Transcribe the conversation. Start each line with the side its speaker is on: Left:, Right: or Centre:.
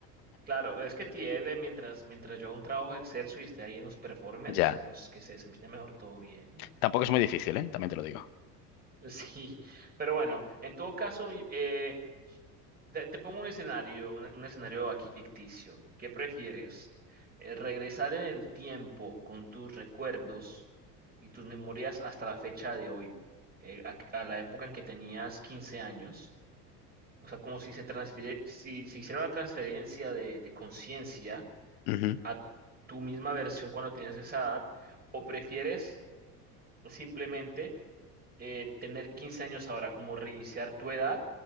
Right: claro, es que Tiel, eh, mientras, mientras yo hago un trabajo excelso y esté ahí en los performers,
Left: Ya.
Right: en los que se desempeña mejor todo bien. <laughs>
Left: Tampoco es muy difícil, ¿eh? También te lo digo.
Right: Sí, pero bueno, en todo caso, mi- eh, Te te pongo un escenario, un, un escenario aquí ficticio. ¿Qué prefieres? Eh, ¿Regresar en el tiempo con tus recuerdos y tus memorias hasta la fecha de hoy, eh, a, a la época en que tenías 15 años? O sea, como si se transfiere, si se hiciera una transferencia de, de conciencia
Left: Ujú.
Right: a tu misma versión cuando tenías esa edad, o prefieres simplemente eh, tener 15 años ahora, como reiniciar tu edad